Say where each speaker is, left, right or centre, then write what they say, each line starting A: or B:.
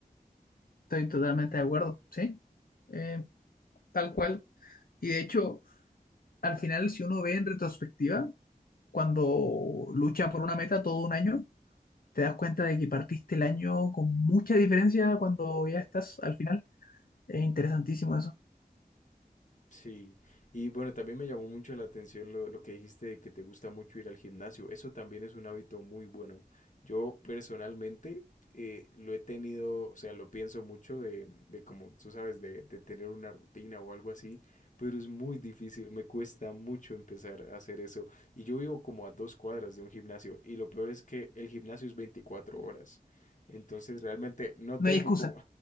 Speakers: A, on the left; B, on the left.
A: Estoy totalmente de acuerdo, ¿sí? Eh, tal cual. Y de hecho, al final, si uno ve en retrospectiva, cuando lucha por una meta todo un año, te das cuenta de que partiste el año con mucha diferencia cuando ya estás al final. Es interesantísimo eso.
B: Sí, y bueno, también me llamó mucho la atención lo, lo que dijiste de que te gusta mucho ir al gimnasio. Eso también es un hábito muy bueno. Yo personalmente eh, lo he tenido, o sea, lo pienso mucho de, de como tú sabes, de, de tener una rutina o algo así, pero es muy difícil, me cuesta mucho empezar a hacer eso. Y yo vivo como a dos cuadras de un gimnasio, y lo peor es que el gimnasio es 24 horas. Entonces realmente no
A: No
B: tengo
A: hay excusa.
B: como,